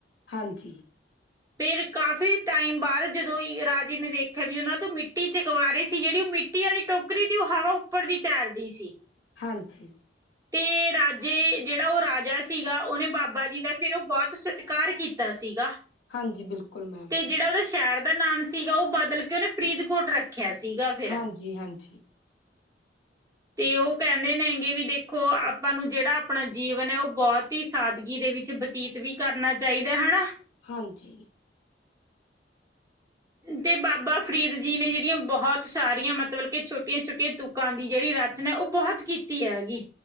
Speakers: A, on the left; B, on the right.
A: ਹਾਂਜੀ।
B: ਫੇਰ ਕਾਫੀ ਟਾਈਮ ਬਾਅਦ ਜਦੋਂ ਰਾਜੇ ਨੇ ਦੇਖਿਆ ਵੀ ਉਹਨਾਂ ਤੋਂ ਮਿੱਟੀ ਚਕਵਾ ਰਹੇ ਸੀ। ਜਿਹੜੀ ਉਹ ਮਿੱਟੀ। ਮਿੱਟੀ ਵਾਲੀ ਟੋਕਰੀ ਦੀ ਉਹ ਹਵਾ ਉੱਪਰ ਦੀ ਤੈਰਦੀ ਸੀ।
A: ਹਾਂਜੀ।
B: ਤੇ ਰਾਜੇ ਜਿਹੜਾ ਉਹ ਰਾਜਾ ਸੀਗਾ ਉਹਨੇ ਬਾਬਾ ਜੀ। ਦਾ ਫਿਰ ਉਹ ਬਹੁਤ ਸਤਿਕਾਰ ਕੀਤਾ ਸੀਗਾ।
A: ਹਾਂਜੀ ਬਿਲਕੁਲ ਮੈਮ।
B: ਤੇ ਜਿਹੜਾ ਉਹਦੇ ਸ਼ਹਿਰ ਦਾ ਨਾਮ ਸੀਗਾ ਉਹ ਬਦਲ ਕੇ ਉਹਨੇ ਫਰੀਦਕੋਟ ਰੱਖਿਆ ਸੀਗਾ। ਫਿਰ
A: ਹਾਂਜੀ ਹਾਂਜੀ।
B: ਤੇ ਉਹ ਕਹਿੰਦੇ ਨੇ ਹੈਗੇ ਵੀ ਦੇਖ ਦੇਖੋ ਆਪਾਂ ਨੂੰ ਜਿਹੜਾ ਆਪਣਾ ਜੀਵਨ ਹੈ ਉਹ ਬਹੁਤ ਹੀ ਸਾਦਗੀ ਦੇ ਵਿੱਚ ਬਤੀਤ ਵੀ ਕਰਨਾ ਚਾਹੀਦਾ ਹੈ ਨਾ।
A: ਹਾਂਜੀ
B: ਤੇ ਬਾਬਾ ਫਰੀਦ ਜੀ ਨੇ ਜਿਹੜੀਆਂ ਬਹੁਤ ਸਾਰੀਆਂ ਮਤਲਬ ਕੇ ਛੋਟੀਆਂ ਛੋਟੀਆਂ ਤੁ ਕਾਂ ਦੀ ਜਿਹੜੀ ਰਚਨਾ ਉਹ ਬਹੁਤ ਕੀਤੀ ਹੈਗੀ।